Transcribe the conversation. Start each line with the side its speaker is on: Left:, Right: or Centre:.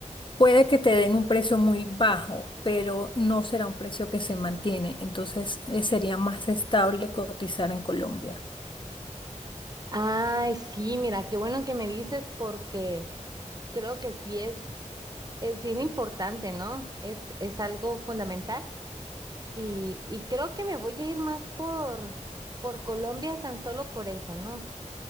Left: puede que te den un precio muy bajo, pero no será un precio que se mantiene. Entonces, eh, sería más estable cotizar en Colombia.
Right: Ay, sí, mira, qué bueno que me dices porque... creo que sí es, es bien importante, ¿no? Es, es algo fundamental y, y creo que me voy a ir más por, por Colombia tan solo por eso, ¿no?